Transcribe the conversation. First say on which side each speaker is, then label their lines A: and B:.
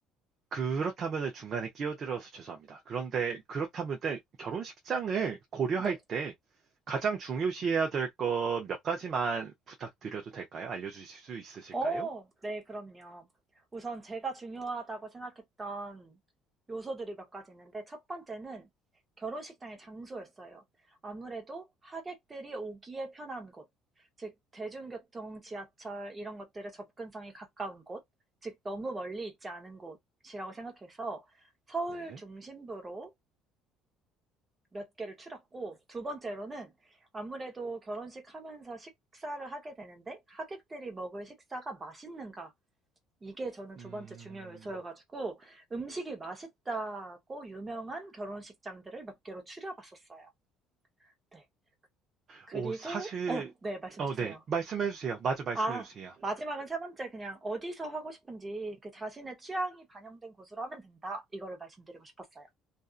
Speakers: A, on the right (about 40°); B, on the right (about 20°).
A: 그렇다면 중간에 끼어들어서 죄송합니다. 그런데 그렇다면 때 결혼식장을 고려할
B: 네.
A: 때 가장 중요시해야 될 것 몇 가지만 부탁드려도 될까요? 알려주실 수 있으실까요?
B: 어, 네, 그럼요. 우선 제가 중요하다고 생각했던 요소들이 몇 가지 있는데, 첫 번째는 결혼식장의 장소였어요. 아무래도 하객들이 오기에 편한 곳, 즉, 대중교통, 지하철, 이런 것들의 접근성이 가까운 곳, 즉, 너무 멀리 있지 않은 곳이라고 생각해서 서울
A: 네.
B: 중심부로 몇 개를 추렸고, 두 번째로는 아무래도 결혼식 하면서 식사를 하게 되는데, 하객들이 먹을 식사가 맛있는가, 이게 저는 두
A: 음,
B: 번째 중요 요소여가지고 음식이 맛있다고 유명한 결혼식장들을 몇 개로 추려봤었어요. 네. 그리고,
A: 오, 사실,
B: 어, 네, 말씀
A: 어,
B: 주세요.
A: 네. 말씀해주세요. 맞아, 말씀해주세요.
B: 아, 마지막은 세 번째 그냥 어디서 하고 싶은지 그 자신의 취향이 반영된 곳으로 하면 된다. 이거를 말씀드리고 싶었어요.